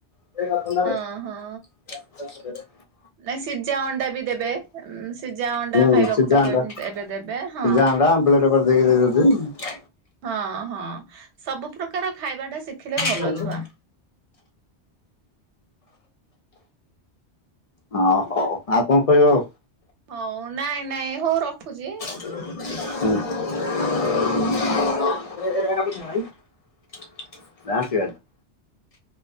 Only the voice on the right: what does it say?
ହଁ ହଁ। ନାଇଁ ସିଝା ଅଣ୍ଡା ବି ଦେବେ, ସିଝା ଅଣ୍ଡା
ଖାଇବାକୁ
ତାକୁ
ଏବେ ଏବେ ଦେବେ ହଁ।
ହଁ ହଁ ସବୁ ପ୍ରକାର ଖାଇବା ଟା ଶିଖିଲେ ଭଲ
ଛୁଆ।
ହଉ ନାଇଁ ନାଇଁ ହଉ ରଖୁଛି।